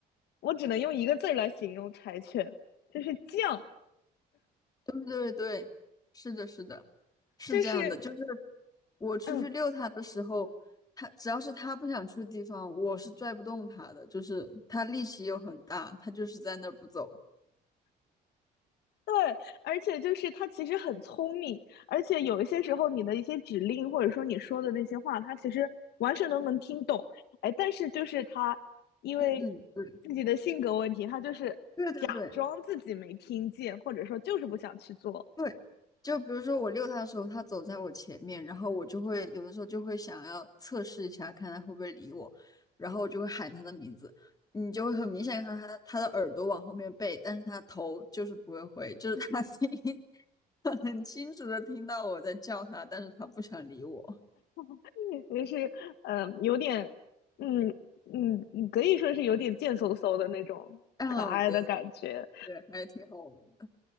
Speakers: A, on the left; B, on the left.
A: 我只能用一个字儿来形容柴犬，就是犟，
B: 对对对，是的，是的，是这样的，
A: 就是
B: 就是我出去遛它的时候，
A: 嗯，
B: 它只要是它不想去的地方，我是拽不动它的，就是它力气又很大，它就是在那儿不走。
A: 对，而且就是他其实很聪明，而且有一些时候你的一些指令或者说你说的那些话，他其实完全都能听懂。哎，但是就是他因为
B: 嗯嗯，
A: 自己的性格问题，他就是假装自己没听见，
B: 对对对对。
A: 或者说就是不想去做，
B: 对，就比如说我遛它的时候，它走在我前面，然后我就会有的时候就会想要测试一下，看它会不会理我，然后我就会喊它的名字，你就会很明显看到它它的耳朵往后面背，但是它头就是不会回，就是它听 <laughs> 很清楚的听到我在叫它，但是它不想理我。
A: <laughs> 就是呃有点嗯嗯，可以说是有点贱嗖嗖的那种可爱的感觉。
B: 啊，对对对，还是挺好玩的。